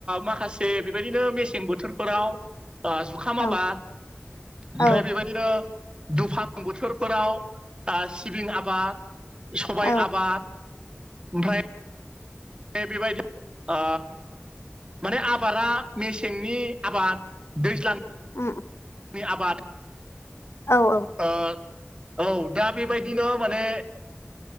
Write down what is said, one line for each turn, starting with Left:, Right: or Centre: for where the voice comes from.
Right: माखासे बेबायदिनो मेसें बोथोरफोराव जुखाम
Left: औ
Right: आबाद
Left: औ
Right: ओमफ्राय बेबायदि नो दुफां बोथोरफोराव आ सिबिं आबाद सबाइ
Left: औ
Right: आब आद ओमफ्राय फाय बेबायदि आ माने आबारा मेसेंनि आबाद दैज्लां
Left: उम
Right: नि आबाद
Left: औ औ।
Right: ओ औ दा बेबायदिनो माने